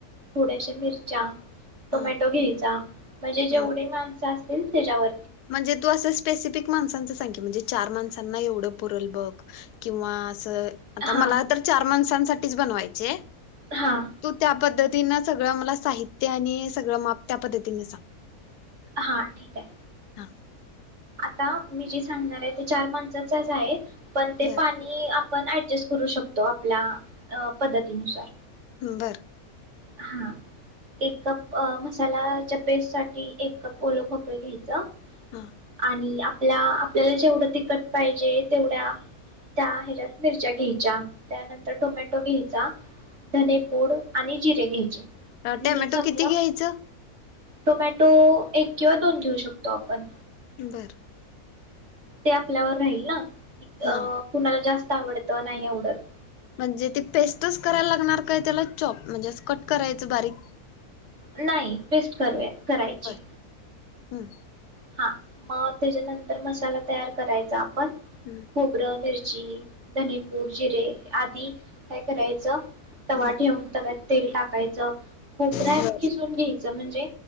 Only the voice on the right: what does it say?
थोड्याश्या मिरच्या टोमॅटो
घ्यायचा म्हणजे
जेवढी माणसं अस तील तेज्यावर
हां
हां
हा ठीक हाय.
आता मी जे सांगणार आहे ते चार माणसा माणसांचच आहे. पण ते
पाणी आप पण ऍडजस्ट करू शकतो आपल्या अ पद्धतीनुसार.
हा एक कप मसालाच्या पेस्ट साठी एक कप ओल खोबर घ्यायचं.
आणि आप ला आपल्याला जेवढं तिखट पाहिजे, तेवढ्या त्या ह्याच्यात मिरच्या घ्याय च्या, त्यानंतर टोमॅटो घेय चा धने पुड आणि जिरे घ्यायचे.
आणि
हे सगळं
टोमॅटो एक किंवा दोन घेऊ शकतो आपण.
ते आपल्यावर राहील ना.
अ कुणाला जास्तं. आवडतं नाही आवडत.
नाही पेस्ट करूया. करायचे.
हा मग त्याच्यानंतर मसाला तयार करायचा. पण
खोबरं मिरची. जि धनेपूड जिरे आदी काय करायचं. तवा
ठेवून तव्यात तेल टाकायचं खोबर
खिसून घ्यायचं म्हणजे